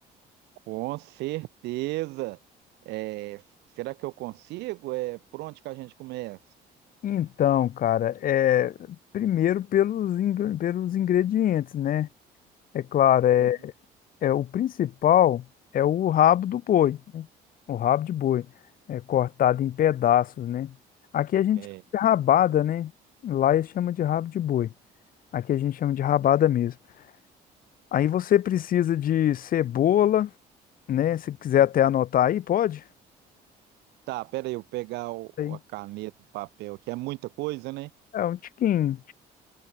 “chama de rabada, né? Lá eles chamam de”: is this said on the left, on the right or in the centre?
Left